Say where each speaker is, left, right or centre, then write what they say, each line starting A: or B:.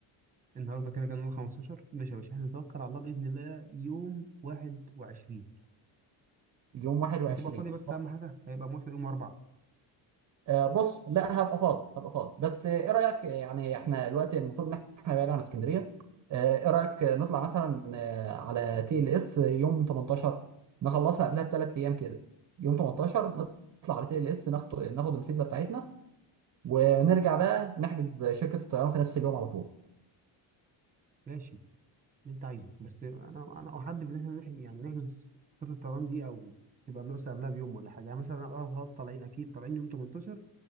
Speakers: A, on the right; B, on the right.
A: النهارده كده كان يوم 15 ماشي يا باشا احنا نتوكل على الله باذن الله يوم 21
B: يوم 21
A: هتبقى فاضي بس اهم حاجه هيبقى موافق يوم 4
B: آه، بص لا هبقى فاضي هبقى فاضي بس آه، ايه رايك آه، يعني احنا دلوقتي المفروض ان احنا بعيد عن اسكندريه آه، ايه رايك آه، نطلع مثلا آه، على تي ال اس يوم 18 نخلصها قبلها بثلاث ايام كده يوم 18 نطلع على تي ال اس ناخد ناخد الفيزا بتاعتنا ونرجع بقى نحجز شركه الطيران في نفس اليوم على طول
A: ماشي اللي انت عايزه بس انا انا احبذ ان احنا نحجز يعني نحجز تذكره الطيران دي او تبقى قبل- بس قبلها بيوم ولا حاجه يعني مثلا اه خلاص طالعين اكيد طالعين يوم 18